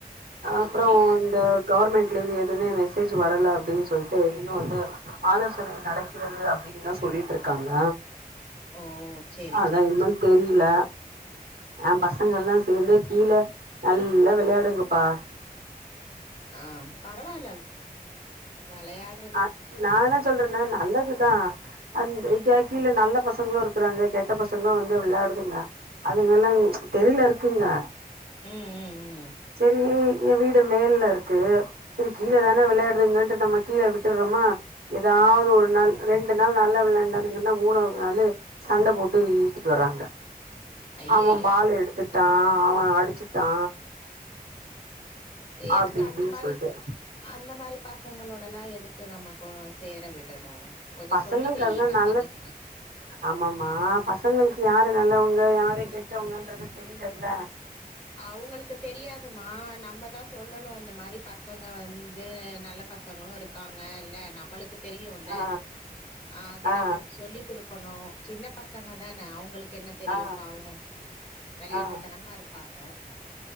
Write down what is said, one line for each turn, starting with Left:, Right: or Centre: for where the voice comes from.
Right: அப்றோ
Left: அப்டியா
Right: இந்த கவுர்மெண்ட்ல
Left: ம்
Right: இர்ந்து எதுவுமே மெ மெசேஜ் வரல அப்டின்னு சொல்ட்டு இன்னு வந்து ஆலோசன நட த்துரும் அப்டின்னுதான் சொல்லிட்டு இருக்காங்க
Left: ஓ சேரி
Right: அதான்
Left: சேரி
Right: இன்னு
Left: சேரி
Right: தெரில எம் பசங்கல்லா சேந்து கீழ நல்லா வெளடுங்கப்பா
Left: ஆ பரவால வெளயாட்
Right: ஆ நான் என்ன சொல்றன்னா நல்லதுதான் அந்தி
Left: ம்
Right: கா கி இல்ல நல்ல பசங்ளும் இருக்றாங்க கெட்ட பசங்களு வந்து விளாடுதுங்க அதுங்கல்லா
Left: ஓ
Right: தெருல இருக்குங்க
Left: ம் ம் ம்
Right: சரி என் வீடு மேல இருக்கு சரி கீழே தான விளையாடுதுங்கன்ட்டு நம்ம கீழே விட் விட்டுறோமா ஏதாவது ஒரு நாள் ரெண்டு நாள் நல்ல விளாண்டானுங்கன்னா மூணாவது நாளு சண்ட போட்டு இழுத்துட்டு வராங்க
Left: ஐயய்யோ
Right: அவ பால எடுத்துட்டா
Left: ம்
Right: அவே அடிச்சுட்டா
Left: எதுக்
Right: அப்டி இப்டின்னு
Left: அந்த மாரி
Right: சொல்ட்டு
Left: அந்த மாரி பசங்ளோடல்லா எதுக்கு நம்ம கொழ் சேர விடணு கொஞ்சோ
Right: பசங்களுக்கு
Left: சொல்லி வெய்
Right: அதெல்லா
Left: பசங்க
Right: நல்லது
Left: கிட்ட
Right: ஆமாமா பசங்ளுக்கு யாரு நல்லவங்க யாரு கெட்டவங்கன்றது தெரிலல்ல
Left: அவங்களுக்கு தெரியாதுமா நம்ம தான் சொல்லணு இந்த மாரி பசங்க வந்து நல்ல பசங்களு இருக் க்காங்கல நம்மளுக் தெரியுல
Right: ஆ
Left: அது
Right: ஆ
Left: நம்ம சொல்லிக் குடுக்கணு சின்ன பச பசங்க தானே அவுங்ளுக்கு என்ன தெரியும்
Right: ஆ ஆ
Left: பாவோ வெளையாட்டுத்தனமா
Right: ஆ ஆ ஆ
Left: இருப்பாங்க